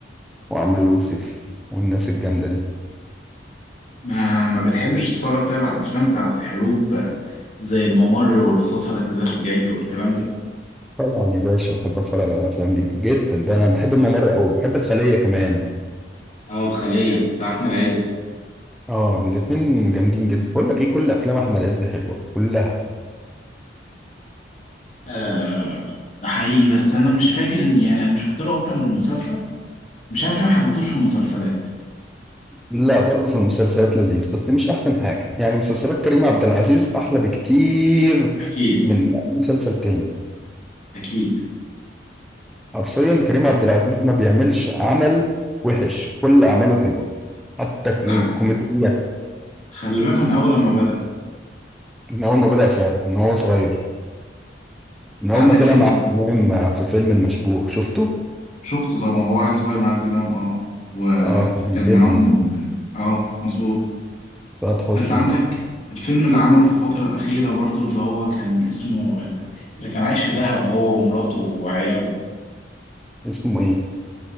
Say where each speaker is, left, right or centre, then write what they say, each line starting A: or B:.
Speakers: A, in the centre; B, on the left.
A: وعمرو يوسف والناس الجامدة دي
B: ما ما بتحبش تتفرج طيب على الافلام بتاعت الحروب آه، زي الممر والرصاصه لا تزال في جيبي والكلام ده
A: طبعا يا باشا بحب اتفرج على الافلام دي جدا ده انا بحب الممر قوي بحب الخليه كمان
B: اه الخليه بتاع احمد عز
A: اه الاتنين جامدين جدا بقول لك ايه كل افلام احمد عز حلوه كلها
B: آه ده حقيقي بس انا مش فاكر ان يعني انا شفت له اكتر من مسلسل مش عارف ليه ما حبيتهوش في المسلسلات
A: لا برضه في المسلسلات لذيذ بس مش احسن حاجه يعني مسلسلات كريم عبد العزيز احلى بكتير
B: اكيد
A: من أي مسلسل تاني
B: اكيد
A: حرفيا كريم عبد العزيز ما بيعملش عمل وحش كل اعماله حلوه حتى الكوميديا
B: ده حقيقي. خلي بالك من اول لما بدأ
A: من اول ما بدأ فعلا من هو صغير من
B: كان
A: اول
B: عندك
A: ما طلع
B: فيلم
A: مع عادل امام في فيلم المشبوه شفته
B: شفته طبعا هو عيل صغير مع عادل امام اه وكان
A: اه كان
B: معاهم
A: ابنه
B: اه مظبوط
A: سعاد حسني
B: انت عندك الفيلم اللي عمله في الفترة الأخيرة برضو اللي هو كان اسمه اللي كان عايش في دهب هو ومراته وعياله
A: اسمه ايه